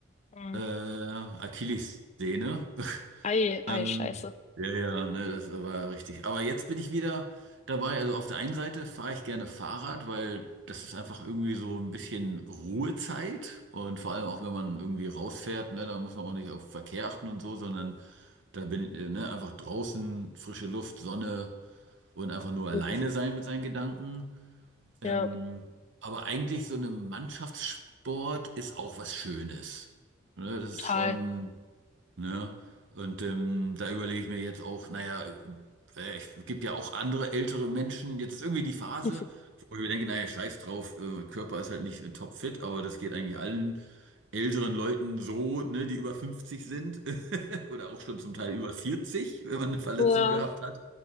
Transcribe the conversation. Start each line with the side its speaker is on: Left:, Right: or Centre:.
Left: Mhm.
Right: Äh, Achillessehne.
Left: Ei, ei,
Right: Ähm,
Left: scheiße.
Right: ja, ja, ne, das war richtig. Aber jetzt bin ich wieder dabei. Also auf der einen Seite fahre ich gerne Fahrrad, weil das ist einfach irgendwie so ein bisschen Ruhezeit. Und vor allem auch, wenn man irgendwie rausfährt, ne, da muss man auch nicht auf Verkehr achten und so, sondern da bin ich, äh, ne, einfach draußen, frische Luft, Sonne und einfach nur
Left: Mhm.
Right: alleine sein mit seinen Gedanken. Ähm,
Left: Ja,
Right: aber eigentlich so eine Mannschaftssport ist auch was Schönes. Ne, das ist
Left: total.
Right: schon. Ne? Und ähm, da überlege ich mir jetzt auch, naja, äh, ich- es gibt ja auch andere ältere Menschen. Jetzt ist irgendwie die Phase,
Left: <laughs>
Right: wo ich mir denke, naja, scheiß drauf, äh, Körper ist halt nicht äh, topfit, aber das geht eigentlich allen älteren Leuten so, ne, die über 50 sind <laughs> oder auch schon zum Teil über 40 wenn man eine Verletzung
Left: Ja,
Right: gehabt hat.